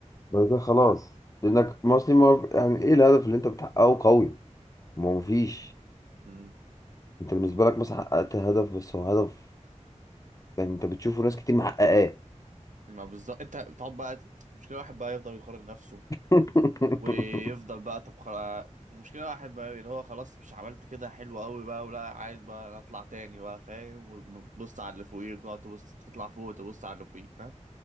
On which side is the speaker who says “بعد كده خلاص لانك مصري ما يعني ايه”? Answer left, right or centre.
Left